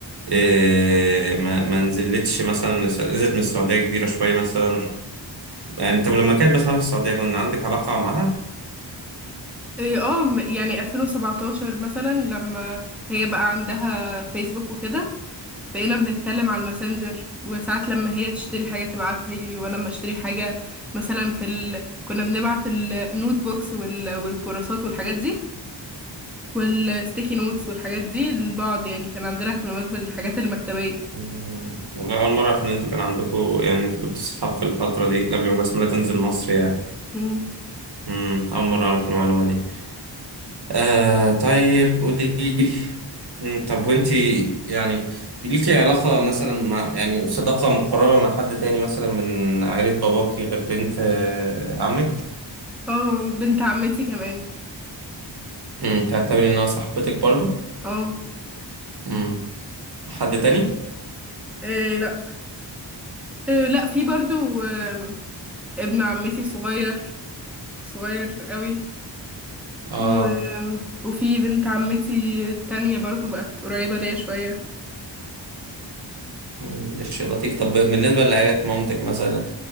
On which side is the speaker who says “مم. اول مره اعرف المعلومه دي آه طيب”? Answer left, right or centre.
Right